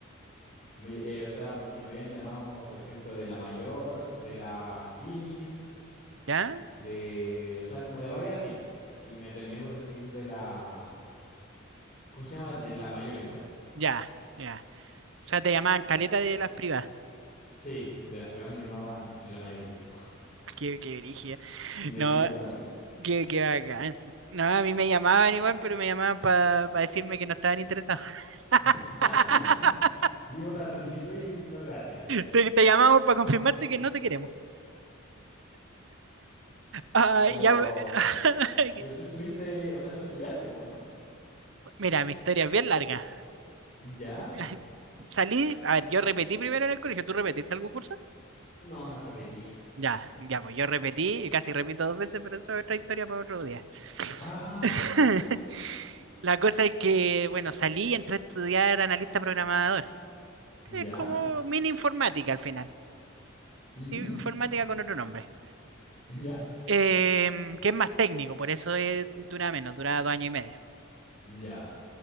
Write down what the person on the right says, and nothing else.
¿Ya?
Ya, ya. O sea, te llamaban caleta de las privadas.
<laughs> Qué, qué brígida.
No,
qué, qué bacán. No, a mí me llamaban igual, pero me llamaban para decirme que no estaban interesados.
<laughs>
Te, te llamamos para confirmarte que no te queremos. Ah,
ya, <laughs>
mira, mi historia es bien larga.
<laughs> Salí, a ver, yo repetí primero en el colegio. ¿Tú repetiste algún curso?
Ya, ya, pues yo repetí y casi repito dos veces, pero eso es otra historia para otro día.
<laughs> La cosa es que, bueno, salí y entré a estudiar analista programador.
Es como mini informática al final.
Informática con otro nombre.
Em, que es más técnico, por eso es, dura menos, dura dos años y medio.